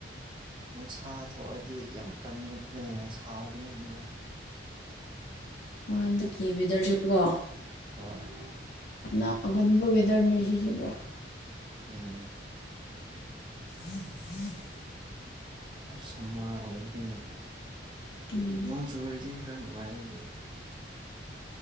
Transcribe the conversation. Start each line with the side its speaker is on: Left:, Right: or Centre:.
Right: ꯅꯨꯡꯁꯥ ꯊꯥ ꯊꯣꯛꯑꯗꯤ ꯌꯥꯝ ꯀꯟꯕ ꯑ ꯁꯥꯕꯅꯦ ꯍꯟꯗꯛ꯫
Left: ꯑꯣ ꯍꯟꯗꯛꯀꯤ ꯋꯦꯗꯔꯁꯤꯀꯣ꯫
Right: ꯍꯣꯏ꯫
Left: ꯅꯥꯒꯟꯕ ꯋꯦꯗꯔꯅꯦ ꯁꯤꯁꯦ ꯄꯨꯔꯥ꯫
Right: ꯎꯝ꯫
Left: <unintelligible>
Right: ꯄꯨꯔꯥ ꯁꯝꯃꯔ ꯑꯣꯏꯕꯅꯤꯅ
Left: ꯎꯝ
Right: ꯅꯣꯡ ꯆꯨꯨꯔꯗꯤ ꯈꯔ ꯅꯨꯡꯉꯥꯏ ꯑꯗꯨ